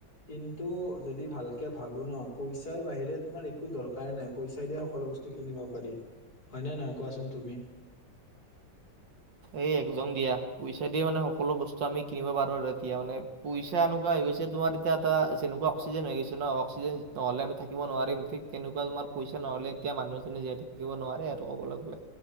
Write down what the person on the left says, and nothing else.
কিন্তু যদি ভালকে ভাবো ন পইচাৰ বাহিৰে তোমাৰ একো দৰকাৰ নাই পইচা দিয়ে সকলো বস্তু কিনিব পাৰি হয় ন নহয় কোৱাচোন তুমি?